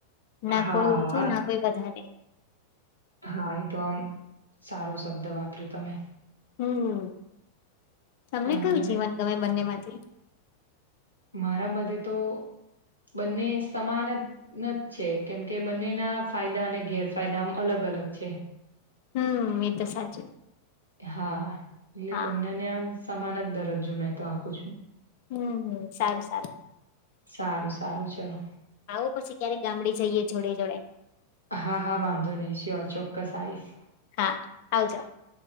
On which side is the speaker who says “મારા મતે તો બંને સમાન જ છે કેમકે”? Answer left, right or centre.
Right